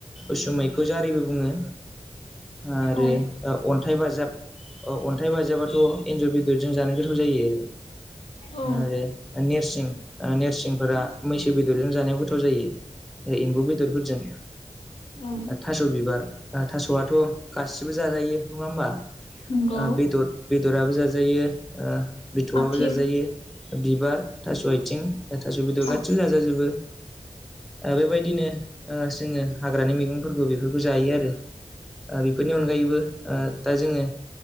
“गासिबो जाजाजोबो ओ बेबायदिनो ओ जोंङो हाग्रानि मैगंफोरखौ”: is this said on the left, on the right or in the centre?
Centre